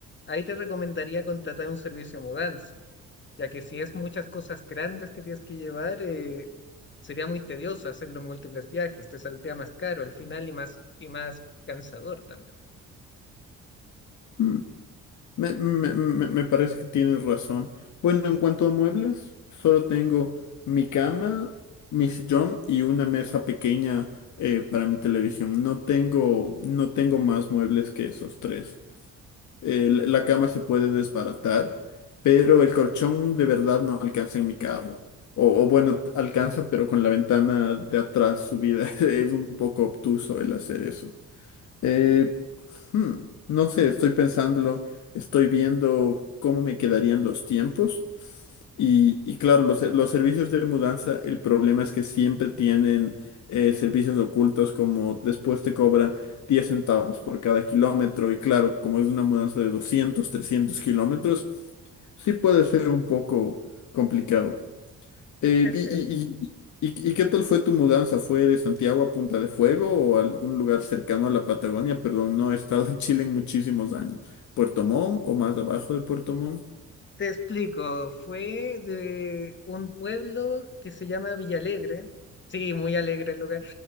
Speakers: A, on the left; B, on the left.
A: Ahí te recomendaría contratar un servicio de mudanza, ya que si es muchas cosas grandes que tienes que llevar, eh, sería muy tedioso hacerlo en múltiples viajes, te saldría más caro al final y más, y más cansador también.
B: Mm, me, me- me- me parece que tienes razón. Bueno, en cuanto a muebles, solo tengo mi cama, mi sillón y una mesa pequeña eh, para mi televisión. No tengo, no tengo más muebles que esos tres. el- la cama se puede desbaratar, pero el colchón de verdad no alcanza en mi carro. O, o bueno, t- alcanza, pero con la ventana de atrás subida. <laughs> Es un poco obtuso el hacer eso. Eh, hmm, no sé, estoy pensándolo, estoy viendo cómo me quedarían los tiempos. Y, y claro, los, los servicios de mudanza, el problema es que siempre tienen eh, servicios ocultos como después te cobran 10 centavos por cada kilómetro. Y claro, como es una mudanza de 200, 300 kilómetros, sí puede ser un poco complicado. Eh,
A: Es
B: y, y-
A: cierto.
B: y- y- y qué tal fue tu mudanza? ¿Fue de Santiago a Punta de Fuego o algún lugar cercano a la Patagonia? Perdón, no he estado en Chile en muchísimos años. ¿Puerto Montt o más abajo de Puerto Montt?
A: Te explico, fue de un pueblo que se llama Villalegre. Sí, muy alegre el lugar,